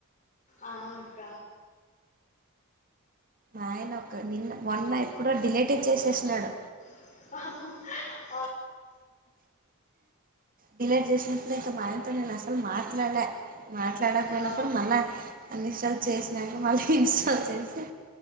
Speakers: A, on the left; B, on the right.
A: ఆ అక్క
B: మాఆయన ఒక నిన్న మొన్న ఎప్పుడో డిలీటే చేసేసినాడు
A: హహ
B: డిలేట్ చేసినప్పుడు మా ఆయనతో నేను అసలు మాట్లాడలా మాట్లాడకపోయినప్పుడు
A: ఆ
B: మళ్ళ అన్ని ఇస్టా చేసినాక మళ్ళీ ఇన్స్టాల్ చేసి